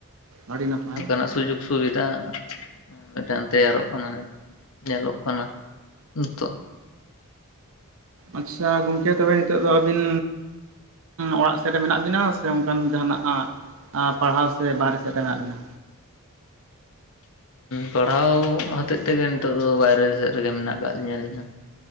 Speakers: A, on the right; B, on the left.
A: ᱟᱹᱰᱤ ᱱᱟᱯᱟᱭ
B: ᱚᱱᱠᱟᱱᱟᱜ ᱥᱩᱡᱳᱜᱽ ᱥᱩᱵᱤᱫᱷᱟ ᱢᱤᱫᱴᱟᱝ ᱛᱮᱭᱟᱨᱚᱜ ᱠᱟᱱᱟ ᱧᱮᱞᱚᱜ ᱠᱟᱱᱟ ᱱᱤᱛᱚᱜ
A: ᱟᱪᱪᱷᱟ ᱜᱚᱝᱠᱮ ᱛᱚᱵᱮ ᱱᱤᱛᱚᱜ ᱫᱚ ᱟᱹᱵᱤᱱ ᱚᱲᱟᱜ ᱥᱮᱫ ᱨᱮ ᱢᱮᱱᱟᱜ ᱵᱤᱱᱟ ᱥᱮ ᱚᱱᱠᱟᱱ ᱡᱟᱦᱱᱟᱜ ᱯᱟᱲᱦᱟᱣ ᱥᱮ ᱵᱟᱨᱦᱮ ᱥᱮᱫ ᱨᱮ ᱢᱮᱱᱟᱜ ᱵᱤᱱᱟ‌?
B: ᱯᱟᱲᱦᱟᱣ ᱦᱚᱛᱮᱡ ᱛᱮᱜᱮ ᱱᱤᱛᱚᱜ ᱫᱚ ᱵᱟᱭᱨᱮ ᱥᱮᱫ ᱨᱮᱜᱮ ᱢᱮᱱᱟᱜ ᱟᱠᱟᱫ ᱞᱤᱧᱟᱹ ᱟᱹᱞᱤᱧ ᱦᱚᱸ ᱾